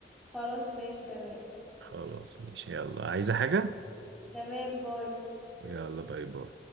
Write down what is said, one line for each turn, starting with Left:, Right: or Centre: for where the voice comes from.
Centre: خلاص ماشي تمام
Right: خلاص ماشي يلا عايزة حاجة
Centre: تمام باي
Right: يلا باي باي